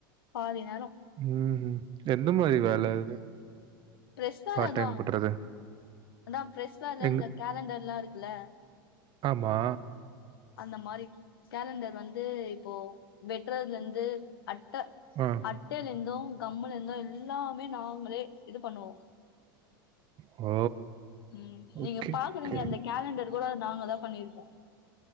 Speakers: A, on the left (about 85°); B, on the right (about 40°).
A: பாதி நேர
B: ம் ஹூ எந்த மாரி வேல அது
A: பிரஸ் வேலதா
B: பார்ட் டைம் பண்றது?
A: அதா பிரஸ் வேல
B: எங்க
A: இந்த கேலண்டர்லா இருக் ல
B: ஆமா
A: அந்த மாரி கேலண்டர் வந்து இப்போ வெட்றதுல இந்து அட்ட
B: ஆ.
A: அட்டைல இந்து கம்முல இந்து எல்லாமே நாங்களே இது பண்ணுவோ
B: ஓ
A: ம்
B: ஓகே,
A: நீங்க பாக்குறிங்க
B: ஓகே.
A: அந்த கேலண்டர் கூட நாங்கதா பண்ணிருக்கோ